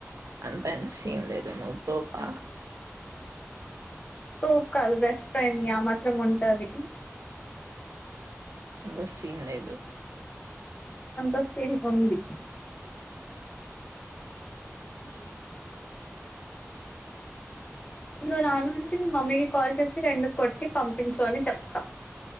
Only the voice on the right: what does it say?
అంతేం సీన్ లేదు నువ్ తోపా
బ సీన్ లేదు.
అ